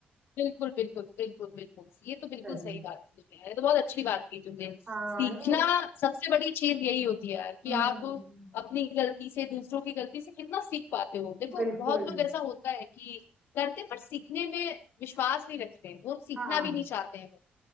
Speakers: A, on the left; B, on the right.
A: बिल्कुल बिल्कुल बिल्कुल बिल्कुल ये तो बिल्कुल
B: सही
A: सही बात की तुमने ये तो बहुत अच्छी बात की तुमने
B: हाँ
A: सीखना
B: नहीं,
A: सबसे बड़ी चीज यही होती है यार कि
B: हम्म,
A: आप अपनी गलती से दूसरों की गलती से कितना सीख पाते हो देखो
B: बिल्कुल
A: बहुत लोग ऐसा होता है कि करते हैं, पर सीखने में विश्वास नहीं रखते हैं वो सीखना
B: हाँ
A: भी नहीं चाहते हैं